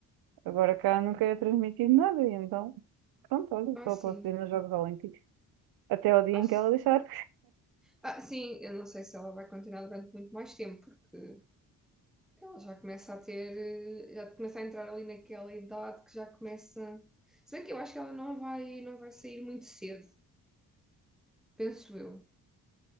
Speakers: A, on the right; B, in the centre.
A: agora cá nunca é transmitido nada. E então, pronto, olha,
B: Ah,
A: só
B: sim.
A: posso ver nos Jogos Olímpicos. Até ao dia
B: Ah,
A: em
B: sim.
A: que ela deixar.
B: Ah, sim, eu não sei se ela vai continuar durante muito mais tempo, porque ela já começa a ter, eh, já começa a entrar ali naquela idade que já começa. Se bem que eu acho que ela não vai, não vai sair muito cedo, penso eu.